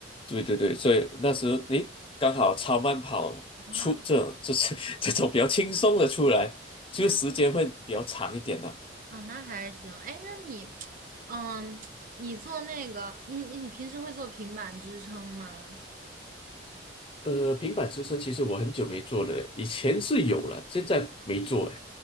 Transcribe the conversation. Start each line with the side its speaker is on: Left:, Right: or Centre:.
Left: 对对对，所以那时诶刚好超慢跑出这这是
Right: 啊
Left: <laughs> 这种比较轻松的出来，就时间会比较长一点的。
Right: 啊。啊，那还行。哎，那你，嗯，你做那个，你你你平时会做平板支撑吗？
Left: 呃，平板支撑其实我很久没做了嘞以前是有了，现在没做哎。